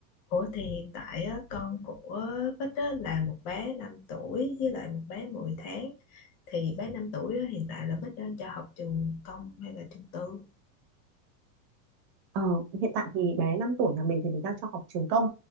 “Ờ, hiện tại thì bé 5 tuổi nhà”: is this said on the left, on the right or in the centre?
Right